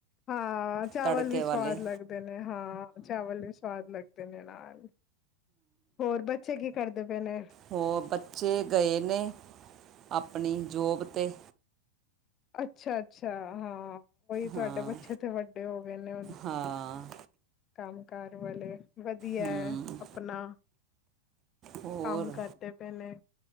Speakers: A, on the left; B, on the right.
A: ਹਾਂ ਚਾਵਲ
B: ਤੜਕੇ
A: ਵੀ ਸਵਾਦ
B: ਵਾਲੇ
A: ਲੱਗਦੇ ਨੇ ਹਾਂ ਚਾਵਲ ਵੀ ਸਵਾਦ ਲੱਗਦੇ ਤਨੇ ਨਾਲ ਹੋਰ ਬੱਚੇ ਕੀ ਕਰਦੇ ਪਏ ਨੇ?
B: ਹੋਰ ਬੱਚੇ ਗਏ ਨੇ ਅਪਨੀ ਜੋਬ ਤੇ
A: ਅੱਛਾ ਅੱਛਾ ਹਾਂ ਉਹੀ ਤੁਹਾਡੇ
B: ਹਾਂ
A: ਬੱਚੇ ਤੇ ਵੱਡੇ ਹੋ ਗਏ ਨੇ,
B: ਹਾਂ
A: ਕੰਮ ਕਾਰ ਵਾਲੇ ਵਧੀਆ
B: ਹੂੰ
A: ਹੈ ਅਪਨਾ
B: ਹੋਰ
A: ਕੰਮ ਕਰਦੇ ਪਏ ਨੇ,